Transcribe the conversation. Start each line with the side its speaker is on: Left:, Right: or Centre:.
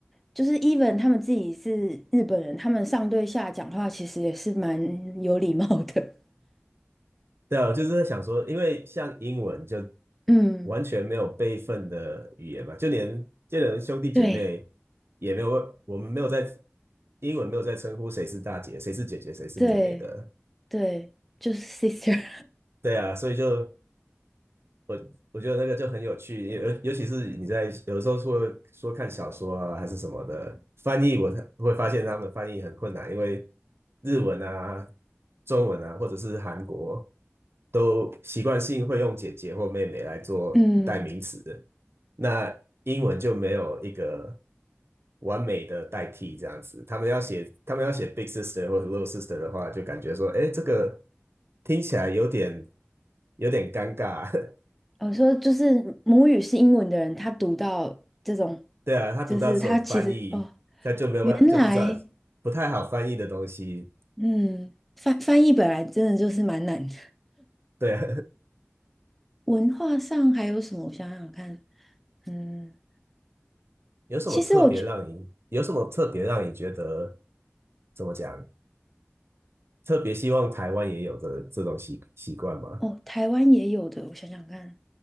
Centre: 就是 even 他们自己是日本人，他们上对下讲话其实也是蛮有礼貌的。
Right: 对啊，我就是在想说，因为像英文就
Centre: <laughs> 嗯，
Right: 完全没有辈分的语言嘛，就连就连兄弟姐妹
Centre: 对
Right: 也没有，我们没有在英文没有在称呼谁是大姐、谁是姐姐、谁是妹妹的。
Centre: 对对，就是 sister，
Right: 对啊，所以就我我觉得那个就很有趣，尤尤其是你在有的时候说说看小说啊还是什么的翻译，我会发现他们翻译很困难，因为日文啊、中文啊，或者是韩国都习惯性会用姐姐或妹妹来做代名词，
Centre: <laughs> 嗯。
Right: 那英文就没有一个完美的代替这样子。他们要写他们要写 big sister 或者 little sister 的话，就感觉说，哎，这个听起来有点有点尴尬。<laughs>
Centre: 我说就是母语是英文的人，他读到这种，
Right: 对啊，他读到这种翻译，
Centre: 就是他其实哦，
Right: 他就没有办，
Centre: 原来
Right: 就不知道不太好翻译的东西。
Centre: 嗯，翻翻译本来真的就是蛮难的。
Right: 对啊，
Centre: 文化上还有什么？我想想看，嗯，
Right: <laughs> 有什么特别让你，
Centre: 其实我觉
Right: 有什么特别让你觉得怎么讲？特别希望台湾也有这这种习习惯吗？
Centre: 哦，台湾也有的，我想想看，